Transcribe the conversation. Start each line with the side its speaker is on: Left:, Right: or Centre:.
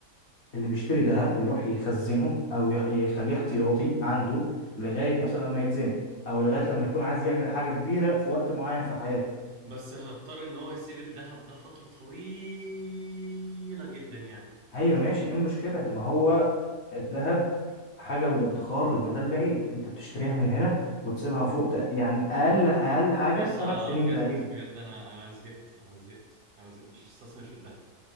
Left: اللي بيشتري ذهب بيروح يخزنه او يح- يخليه احتياطي عنده لغاية مثلا لما يتزنق او لغاية لما يكون عايز يعمل حاجة كبيرة في وقت معين في حياته
Right: بس هضطر ان هو يسيب الذهب ده فترة طويلة جدا يعني
Left: ايوه ماشي ايه المشكلة ما هو الذهب حاجة للادخار للمدى البعيد انت بتشتريها من هنا وتسيبها فوق تق- يعني اقل اقل حاجه
Right: بس
Left: خمس سنين
Right: بجد
Left: تقريبا
Right: بجد انا انا زهقت انا زهقت انا زهقت مش هستثمر في الذهب